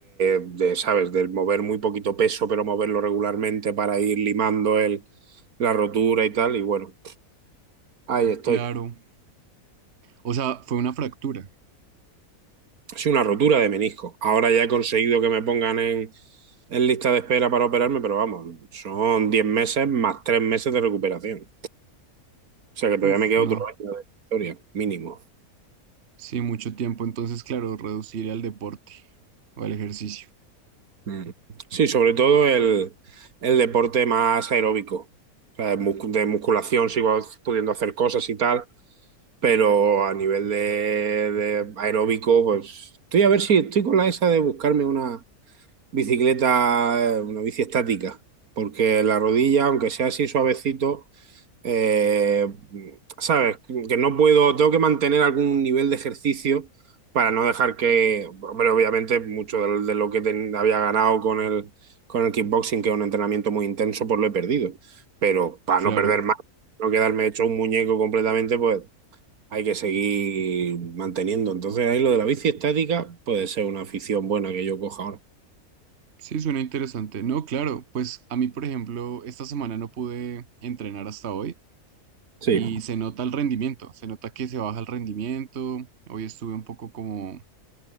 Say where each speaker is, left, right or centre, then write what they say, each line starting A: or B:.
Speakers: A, on the right; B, on the right.
A: de, de, ¿sabes? Del mover muy poquito peso, pero moverlo regularmente para ir limando el, la rotura y tal. Y bueno, ahí estoy.
B: claro. O sea, fue una fractura.
A: Es una rotura de menisco. Ahora ya he conseguido que me pongan en, en lista de espera para operarme, pero vamos, son 10 meses más 3 meses de recuperación. O sea que todavía
B: Uf,
A: me queda
B: no.
A: otro año de historia, mínimo.
B: Sí, mucho tiempo. Entonces, claro, reducir al deporte o al ejercicio.
A: Mm. Sí, sobre todo el, el deporte más aeróbico. O sea, de muscu- de musculación sigo pudiendo hacer cosas y tal, pero a nivel de, de aeróbico, pues estoy a ver si estoy con la esa de buscarme una, bicicleta, eh, una bici estática, porque la rodilla, aunque sea así suavecito, eh, sabes, que no puedo, tengo que mantener algún nivel de ejercicio para no dejar que, hombre, obviamente mucho del- de, lo que ten- había ganado con el, con el kickboxing, que es un entrenamiento muy intenso, pues lo he perdido. Pero para no
B: Claro.
A: perder más, no quedarme hecho un muñeco completamente, pues hay que seguir manteniendo. Entonces ahí lo de la bici estática puede ser una afición buena que yo coja ahora.
B: Sí, suena interesante. No, claro. Pues a mí, por ejemplo, esta semana no pude entrenar hasta hoy
A: Sí,
B: y se nota el rendimiento. Se nota que se baja el rendimiento. Hoy estuve un poco como...